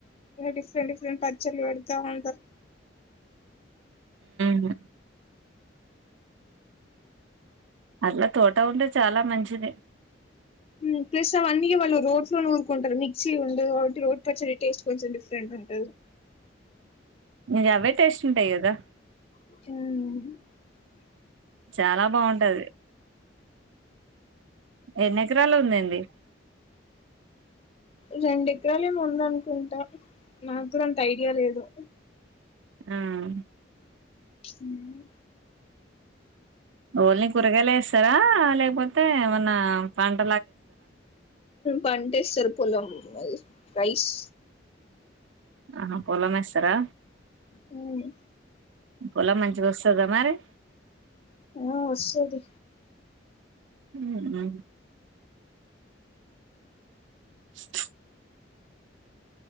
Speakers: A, on the left (about 30°); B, on the right (about 80°).
A: డిఫరెంట్ డిఫరెంట్ పచ్చలు పెడతా ఉంటారు
B: ఉ అట్లా తోట ఉంటే చాలా మంచిది
A: హ ప్ అన్నీ వాళ్ళు రోడ్స్ ంటారు మిక్సి ఉం ఒకటి రోడ్ పచ్చ టేస్ట్ కొంచెం డిఫరెంట్ ఉంటుది
B: ఇ అవే టేస్ట్ ఉంటాయి కదా
A: అ
B: చాలా బాగుంటది ఎన్ని ఎకరాలు ఉందండి అ
A: రెం ఎకరలుేమ ఉందనుకుంటా నాకు కూడా అంత ఐడియా లేదు
B: హ్మ్.
A: హ్మ్.
B: ఓల్ని కూరగాసే. స్తార లేకపోతే ఏమన్నా పంట.
A: పండిస్తం పొలం. రైస్.
B: ఆహా పొలమేస్తరా.
A: హ్మ్.
B: పొలా మంచి వస్తుదా మరీ.
A: ఆహా వస్తాది.
B: హ్మ్. చుచ్.